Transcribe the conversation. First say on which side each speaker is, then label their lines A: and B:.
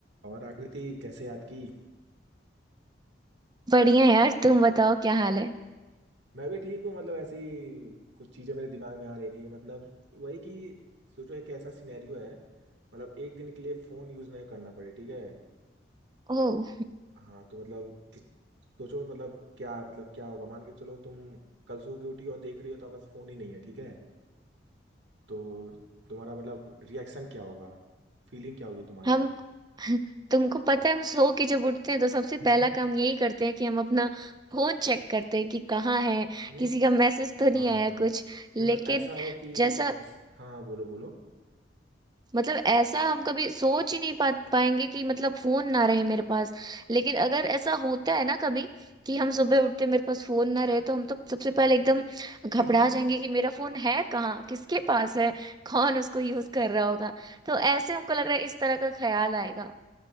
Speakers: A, on the right; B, on the right.
A: और आकृति कैसे याद की
B: बढ़िया यार तुम बताओ क्या हाल है
A: मैं भी ठीक हूँ मतलब ऐसे ही कुछ चीजें मेरे दिमाग में आ रही थी मतलब वही कि सोचो एक ऐसा सिनेरियो है मतलब एक दिन के लिए फोन यूज नहीं करना पड़े ठीक है
B: ओह
A: हाँ तो मतलब कि- सोचो मतलब क्या मतलब क्या होगा मान के चलो तुम कल सो के उठी और देख रही हो तो पास फोन ही नहीं है ठीक है तो तुम्हारा मतलब रिएक्शन क्या होगा फीलिंग क्या होगी तुम्हारी
B: हम तुमको पता है हम सो के जब उठते हैं तो सबसे
A: <laughs>
B: पहला काम यही करते हैं कि हम अपना फोन चेक करते हैं कि कहाँ है
A: नहीं नहीं,
B: किसी का मैसेज तो नहीं
A: हाँ
B: आया
A: हाँ हाँ
B: कुछ लेकिन
A: नहीं तो ऐसा हो कि
B: जैसा
A: ऐस हाँ हाँ, बोलो बोलो
B: मतलब ऐसा हम कभी सोच ही नहीं पा पाएंगे कि मतलब फोन ना रहे मेरे पास लेकिन अगर ऐसा होता है ना कभी कि हम सुबह उठते मेरे पास फोन ना रहे तो हम तो सबसे पहले एकदम घबरा
A: हाँ <laughs>
B: जाएंगे कि मेरा फोन है कहाँ किसके पास है कौन उसको यूज कर रहा होगा तो ऐसे हमको लग रहा है इस तरह का ख्याल आएगा